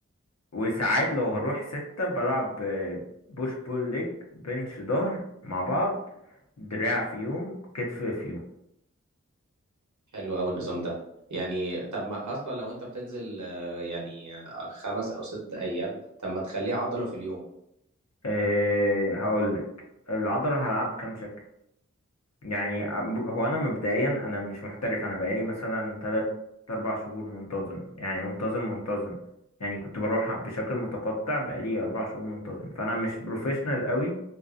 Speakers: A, on the left; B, on the right.
A: وساعات لو هروح ستة بلعب آه، بوش بول ليج بنش ظهر مع بعض دراع في يوم كتف في يوم
B: حلو قوي النظام ده يعني طب ما اصلا لو انت بتنزل آه، يعني آه، خمس او ست ايام طب ما تخليه عضلة في اليوم
A: أه هقولك العضلة هلعب كام شكل يعني أب- هو أنا مبدئيا أنا مش محترف أنا بقالي مثلا تلات أربع شهور منتظم يعني منتظم منتظم يعني كنت بروح بشكل متقطع بقالي أربع شهور منتظم فأنا مش بروفيشنال قوي